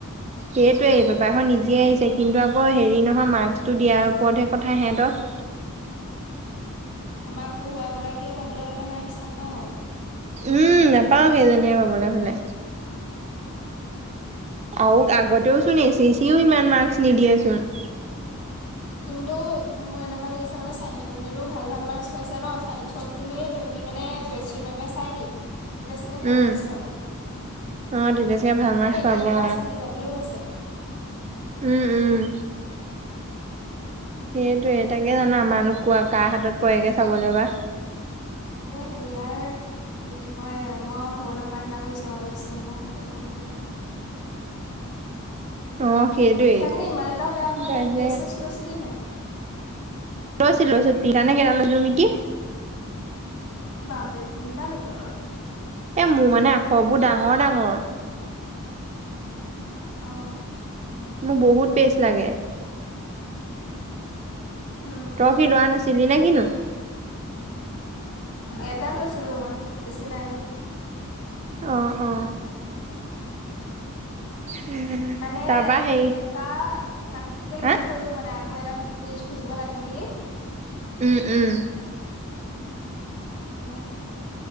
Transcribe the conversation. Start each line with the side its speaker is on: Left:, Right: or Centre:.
Right: সেইটোৱেই, পেপাৰখন ইজি আহিছে, কিন্তু আকৌ হেৰি নহয়, মাৰ্কচটো দিয়াৰ ওপৰতহে কথা হেহ'তৰ?
Left: আমাক পঢ়ুৱা গৰাকীয়ে পাবলৈ হ'লে, মাৰ্কচ নাপাওঁ আৰু।
Right: উম, নাপাও সেইজনীয়ে পাবলে হ'লে। আৰু আগতেও চোন এছ এছ চিও ইমান মাৰ্কচ নিদিয়েচোন।
Left: কিন্তু মোৰ এনেকুৱা লাগিছে মানে চায়েন্সৰ খিনিতো ভাল ভাল মাৰ্কচ পাইছে ন, চায়েন্সৰ খিনি যদি মানে শ্ৰী মেমে চাই দিয়ে। তেতিয়া চাগে ভাল
Right: উম
Left: মাৰ্কচ পাব,
Right: অ তেতিয়া চাগে ভাল মাৰ্কচ
Left: এ
Right: পাব
Left: এ' প্লাছ
Right: অ
Left: আহি যাব। বুলিও আছে।
Right: উম, উম। সেইটোৱে তাকে জানা, মানু্হ কোৱা কাৰ হাতত পৰেগে চাবলৈ বা?
Left: তাকে হেৰিয়াৰ এইটো কি কয়, মই আৰু ভগৱানক প্ৰাৰ্থনা কৰিছোঁ আৰু জয়শ্ৰীমেমৰ হাততে পৰক বুলি।
Right: অ সেইটোৱেই
Left: লিখাখিনি ইমান এটা বেয়া হোৱা
Right: তাকে
Left: নাই। পেজ চেজ লৈছিলি নাই?
Right: লৈছোঁ লৈছোঁ, তিনিটা নে কেইটা লৈছিলো নেকি?
Left: বাপৰে তিনিটা লৈছ তই?
Right: এই মোৰ মানে আখবোৰ ডাঙৰ ডাঙৰ।
Left: অঁ।
Right: মোক বহুত পে'জ লাগে?
Left: উম উম
Right: তই কি লোৱা নাছিলি নে কি নো?
Left: এটা লৈছিলো মই, বেছি নাই লোৱা।
Right: অ', অ'। উম,
Left: মানে
Right: তাৰপা হেৰি
Left: এটা থেপাথেপিকে লিখি
Right: হা
Left: থৈ দিলো, মানে আকৌ এটা পে'জ খুজিব লাগে বুলি।
Right: উম, উম।
Left: সেইটো কাৰণে,